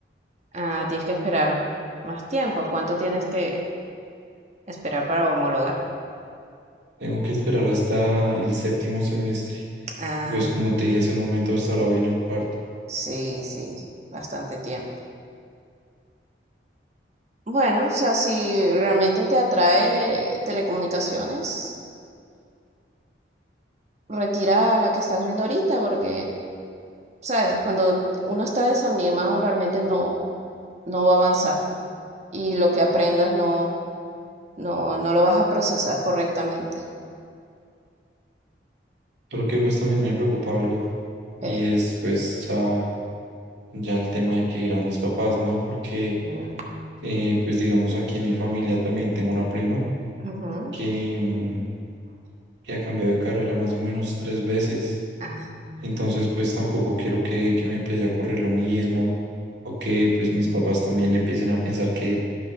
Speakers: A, on the right; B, on the right.
A: Ah, tienes que esperar más tiempo. ¿Cuánto tienes que esperar para homologar?
B: Tengo que esperar hasta el séptimo semestre.
A: Ah,
B: Y pues como te dije hace un momento, hasta ahora viene el cuarto.
A: sí, sí, bastante tiempo. Bueno, o sea, si realmente te atrae telecomunicaciones, retira la que estás viendo ahorita, porque sabes, cuando uno está desanimado realmente no, no va a avanzar y lo que aprendas no, no, no lo vas a procesar correctamente.
B: Pero que pues también me preocupa algo y
A: Eh,
B: es pues ya, ya el tema de que irán mis papás, ¿no? Porque
A: mm,
B: eh, pues digamos aquí en mi familia también tengo una prima
A: ujú.
B: que, mm, que ha cambiado de carrera más o menos tres veces.
A: Ah,
B: Entonces, pues tampoco quiero que, que me empiece a ocurrir lo mismo o que pues mis papás también empiecen a pensar que,